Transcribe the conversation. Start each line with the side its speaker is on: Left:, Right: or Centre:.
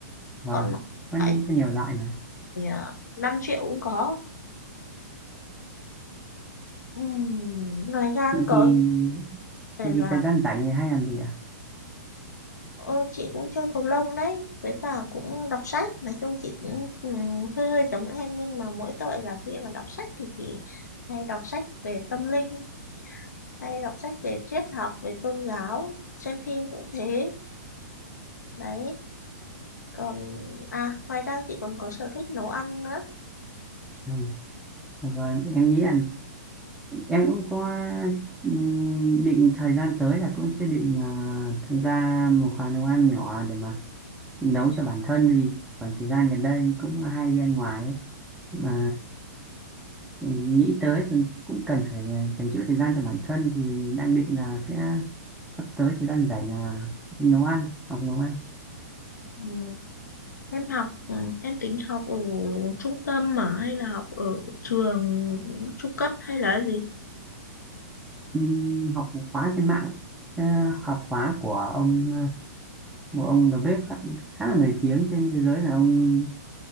Centre: vâng
Left: còn
Centre: có,
Left: lại
Centre: có nhiều loại mà
Left: thì à, 5 triệu cũng có Ừm, ngoài ra
Centre: chị
Left: cũng có
Centre: thì
Left: về
Centre: thì,
Left: là
Centre: thì thời gian rảnh thì hay làm gì ạ
Left: ơ, chị cũng chơi cầu lông đấy với cả cũng đọc sách nói chung chị cũng ừm, hơi hơi giống em nhưng mà mỗi tội là khi mà đọc sách thì chị hay đọc sách về tâm linh hay đọc sách về triết học về tôn giáo xem phim cũng thế đấy còn à ngoài ra chị còn có sở thích nấu ăn nữa
Centre: Vâng, vâng, em nghĩ là em cũng có ừm, định thời gian tới là cũng sẽ định à, tham gia một khoảng nấu ăn nhỏ để mà nấu cho bản thân vì khoảng thời gian gần đây cũng hay đi ăn ngoài ấy. Mà nghĩ tới thì cũng cần phải dành chút thời gian cho bản thân thì đang định là sẽ sắp tới thời gian rảnh là nấu ăn học nấu ăn
Left: ừ. em học ừ, em tính học ở trung tâm mà hay là học ở trường trung cấp hay là gì
Centre: Ừm, học một khóa trên mạng Ờ, học khóa của ông ờ, một ông đầu bếp khá, khá là nổi tiếng trên thế giới là ông